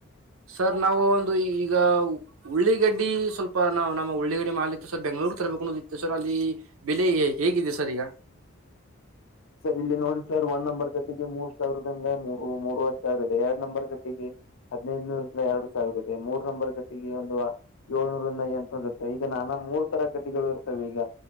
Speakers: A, on the right; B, on the left.
A: ಸರ್ ನಾವು ಒಂದು ಈಗ ಉಳ್ಳೀಗಡ್ಡಿ ಸ್ವಲ್ಪ ನಾವು ನಮ್ಮ ಉಳ್ಳೀಗಡ್ಡಿ ಮಾಡಲಿಕ್ ಸರ್ ಬೆಂಗಳೂರು ತರ್ಬೇಕನ್ನೋದಿತ್ತು ಸರ್ ಅಲ್ಲಿ ಬೆಲೆ ಹೇಗಿದೆ ಸರ್ ಈಗ.
B: ಸರ್ ಇಲ್ಲಿ ನೋಡಿ ಸರ್ ಒಂದ್ ನಂಬರ್ ಗಡ್ಡಿಗೆ ಮೂರ್ ಸಾವಿರದಿಂದ ಮೂರು ಮೂರ್ವರೆ ಸಾವಿರ ಇದೆ ಎರಡ್ ನಂಬರ್ ಗಡ್ಡಿಗೆ. ಹದ್ನೈದುನೂರಿಂದ ಎರಡು ಸಾವಿರ ಇದೆ ಮೂರ್ ನಂಬರ್ ಗಡ್ಡಿಗೆ ಒಂದು. ಏಳ್ನೂರಿಂದ ಎಂಟ್ನೂರ್ ಇರುತ್ತೆ ಈಗ ನಾನಾ ಮೂರ್ ತರ ಗಡ್ಡಿಗಳು ಇರ್ತವೀಗ.